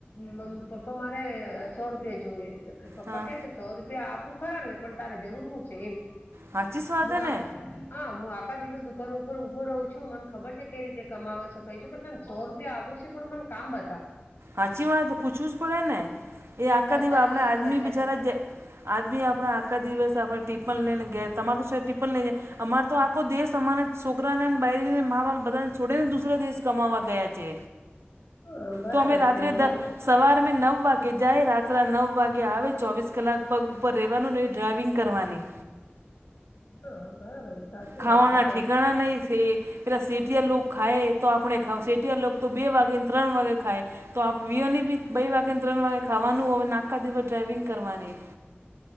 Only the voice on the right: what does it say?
હા
સાચી જ વાત
હે ને
હાચી વાત પૂછવું જ પડે ને એ આખા
દીવા આપણે
આદમી
બિચારા
આદમી આપણા આખા દિવસ આપણે ટીપન લઈ ને ઘેર તમાર તો શેઠ ટીપન લઈ જાય અમારે તો આખો દેશ અમારા છોકરાને ને બઈરીને મા બાપ બધાને છોડીને દુસરા દેશ કમાવા ગયા છે.
તો અમે રાત્રે
દ સવાર મે નવ વાગે જાય રા ત્રે નવ વાગે આવે ચોવીસ કલાક પગ ઉપર રહેવાનું ને એવી ડ્રાઇવિંગ કરવાની.
ખાવાના
ઠિકાણા નહી સે. પેલાં શેઠિયા લોગ ખાય તો આપણે ખાવ શેઠિયા લોગ તો બે વાગેને ત્રણ વાગે ખાય. તો આપ વિયોની બી બે વાગે ને ત્રણ વાગે ખાવાનું હોય આખા દિવસ ડ્રાઈવિંગ કરવાની.